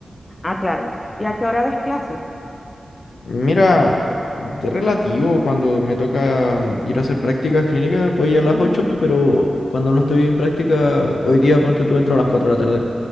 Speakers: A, on the left (about 20°); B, on the left (about 80°).
A: Ah, claro. ¿Y a qué hora ves clases?
B: Mira, de relativo, cuando me toca mm, ir a hacer prácticas clínicas, voy a las
A: Ujú.
B: ocho, pero cuando no estoy en práctica, hoy día, ponte tú, entro a las 4 de la tarde.